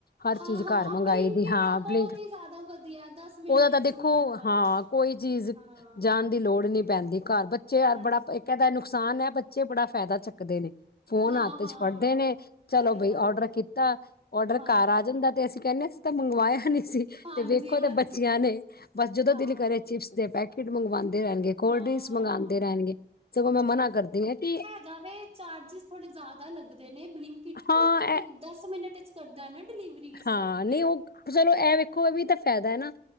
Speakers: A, on the left; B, on the right.
A: ਹਰ
B: ਹਾਂ-ਹਾਂ
A: ਚੀਜ਼ ਘਰ ਮੰਗਾਈ
B: ਬਲਿੰਕਟ
A: ਦੀ ਆ
B: ਤਾਂ ਬਹੁਤ
A: ਬਲੀ
B: ਹੀ ਜ਼ਿਆਦਾ ਵਧੀਆ ਦਸ ਮਿੰਟ
A: ਓਦਾ
B: ਇੱਕ
A: ਤਾਂ ਦੇਖੋ
B: ਸਮਾਨ ਘਰ
A: ਹਾ ਕੋਈ ਚੀਜ਼,
B: ਹਾਂ
A: ਜਾਣ ਦੀ ਲੋੜ ਈ ਨੀ ਪੈਂਦੀ ਘਰ ਬੱਚੇ
B: ਹਾਂਜੀ
A: ਅਫਨਾ ਏ ਧਾਡਾ ਨੁਕਸਾਨ ਆ ਬੱਚੇ ਬੜਾ ਫੈਦਾ ਚੁੱਕਦੇ ਨੇ। ਫੋਨ
B: ਹਾਂ-ਹਾਂ,
A: ਹੱਥ ਚ ਫੜਦੇ ਨੇ
B: ਸਹੀ
A: ਚਲੋ ਬਈ
B: ਗੱਲ
A: ਔਡਰ
B: ਏ।
A: ਕੀਤਾ ਔਡਰ
B: ਹਾਂ,
A: ਘਰ ਆ ਜਾਂਦਾ ਤੇ ਅਸ ਕੈਨੇ ਅਸੀਂ ਤਾਂ ਮੰਗਵਾਏਆ ਨੀ ਸੀ
B: ਹਾਂਜੀ-ਹਾਂਜੀ,
A: ਤੇ ਵੇਖੋ ਤਾਂ ਬੱਚੀਆਂ ਨੇ ਬਸ ਜਦੋਂ
B: ਹਾਂ,
A: ਦੀਲ ਕਰੇ ਚੀਪਸ ਦੇ ਪੈਕੇਟ ਮੰਗਵਾਦੇ ਰੈਣਗੇ ਕੋਡੀਸ
B: ਹਾਂ-ਹਾਂ।
A: ਮੰਗਵਾਂਦੇ ਰੋਣਗੇ ਸਗੋਂ ਮੈਂ ਮਨਾ ਕਰਦੀ ਆਂ ਕੀ
B: ਜਾਵੇ ਚਾਰਜਿਸ ਥੋੜੇ ਜਾਦਾ ਲੱਗਦੇ ਨੇ ਬਲੀਕੀਟ ਤੇ
A: ਹਾਂ
B: ਕਿਉਂਕੇ
A: ਇਹ
B: ਦਸ ਮਿੰਟ ਚ ਕਰਦਾ ਨਾ ਡਿਲੀਵਰੀ ਇਸ
A: ਹਾਂ
B: ਕਰਕੇ
A: ਨਈ ਓ ਚਲੋ ਐ ਵੇਖੋ ਏਵੀ ਤਾਂ ਫ਼ਾਇਦਾ ਐ ਨਾ,